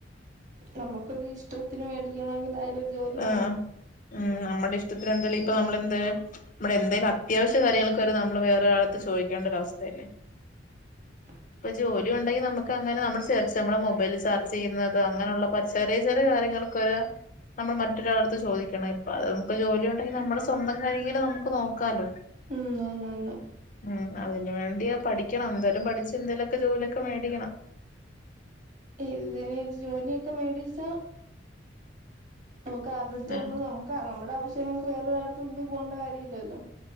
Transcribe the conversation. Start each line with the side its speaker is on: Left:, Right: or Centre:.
Right: നമുക്കൊരു ഇഷ്ടത്തിന് വേടിക്കണങ്കിൽ അയിലൊരു ജോലി വേണം.
Left: ആഹ് ഉം നമ്മുടെ ഇഷ്ടത്തി <unintelligible> ഇപ്പ നമ്മളിന്തയ്യും. നമ്മടെ എന്തോലും അത്യാവശ്യ കാര്യങ്ങൾക്കെ വരെ നമ്മള് വേറെൊരാളട്ത്ത് ചോദിക്കേണ്ടരൊവസ്ഥയല്ലേ?
Right: <inaudible>
Left: ഇപ്പൊ ജോലി ഉണ്ടെങ്കിൽ നമുക്ക് അങ്ങനെ നമ്മള് <unintelligible> നമ്മള് മൊബൈൽ ചാർജ് ചെയ്യുന്നത് അങ്ങനെയുള്ള പ ചെറിയ ചെറിയ കാര്യങ്ങൾക്ക് വരെ നമ്മൾ മറ്റൊരാളടുത്ത് ചോദിക്കണം ഇപ്പ അത് നമുക്ക് ജോലി ഉണ്ടെങ്കിൽ നമ്മുടെ സ്വന്തം കാര്യങ്കിലും നമുക് നോക്കാലോ.
Right: ഉ ആന്നാന്ന്
Left: ഉം അതിന് വേണ്ടിയാ പഠിക്കണം എന്തായാലും പഠിച്ച് എന്തേലുംക്കെ ജോലിയൊക്കെ മേടിക്കണം.
Right: എന്തിന് ജോലിയൊക്കെ മേടിച്ചാ നമുക്ക് ആരുടെ അടുത്ത
Left: ഏഹ്
Right: ഒന്നും നമുക്ക് നമ്മുടെ ആവശ്യങ്ങൾക്ക് വേറൊരു ആളട്ത്ത് മുമ്പിൽ പോകണ്ട കാര്യ ഇല്ലല്ലോ.